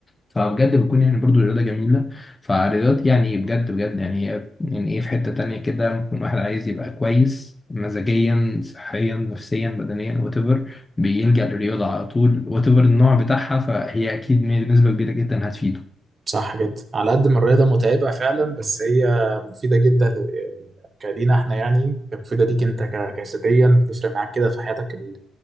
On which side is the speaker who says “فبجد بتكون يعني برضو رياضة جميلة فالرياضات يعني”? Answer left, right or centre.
Left